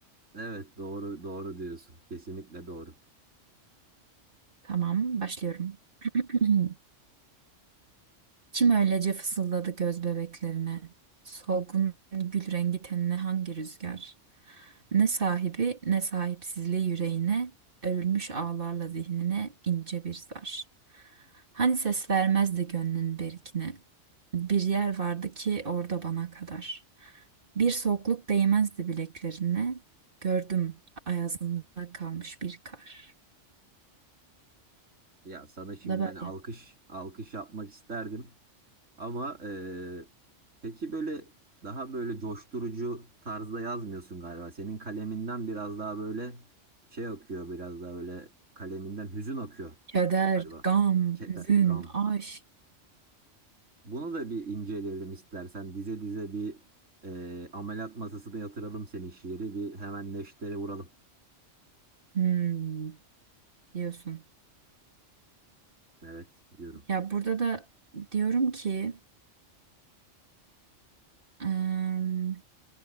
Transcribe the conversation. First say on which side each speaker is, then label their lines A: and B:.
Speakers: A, on the right; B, on the right.
A: Evet doğru doğru diyorsun. Kesinlikle doğru.
B: Tamam başlıyorum. <clears throat> Kim öylece fısıldadı göz bebeklerine? Solgun gül rengi tenine hangi rüzgar? Ne sahibi ne sahipsizliği yüreğine, örülmüş ağlarla zihnine ince bir zar. Hani ses vermezdi gönlün berikine. Bir yer vardı ki orada bana kadar. Bir soğukluk değmezdi bileklerine. Gördüm ayazında kalmış bir kar.
A: Ya sana şimdiden
B: Bu da böyle.
A: alkış alkış yapmak isterdim ama eee, peki böyle daha böyle coşturucu tarzda yazmıyorsun galiba. Senin kaleminden biraz daha böyle şey akıyor biraz daha böyle kaleminden hüzün akıyor
B: Keder,
A: galiba.
B: gam,
A: Keder,
B: hüzün,
A: gam.
B: aşk.
A: Bunu da bir inceleyelim istersen dize dize bir eee ameliyat masasına yatıralım senin şiiri bir hemen neşteri vuralım.
B: Hmm. diyorsun.
A: Evet diyorum.
B: Ya burada da diyorum ki ım,